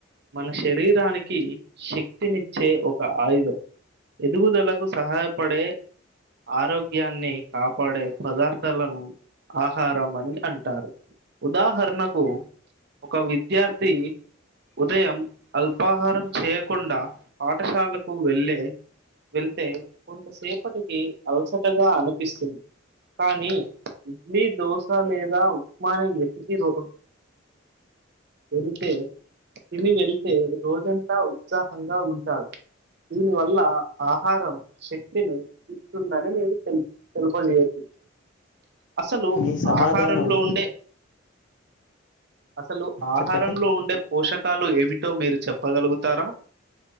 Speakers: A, on the right (about 55°); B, on the left (about 60°).
A: మన శరీరానికి శక్తినిచ్చే ఒక ఆయుధం ఎదుగుదలకు సహాయపడే ఆరోగ్యాన్ని కాపాడే పదార్థాలను ఆహారం అని అంటారు ఉదాహరణకు ఒక విద్యార్థి ఉదయం అల్పాహారం చేయకుండా పాఠశాలకు వెళ్ళే వెళ్తే కొంతసేపటికి అలసటగా అనిపిస్తుంది కానీ ఇడ్లీ దోశ లేదా ఉప్మా ఎతికి రో ఎల్తే తిని వెళ్తే రోజంతా ఉత్సాహంగా ఉంటాడు దీనివల్ల ఆహారం శక్తిని ఇస్తుందని మీరు తె తెలుప చేయు అసలు
B: మీ సమాధానం
A: ఆహారంలో ఉండే అసలు ఆహారంలో
B: చెప్పండి
A: ఉండే పోషకాలు ఏమిటో మీరు చెప్పగలుగుతారా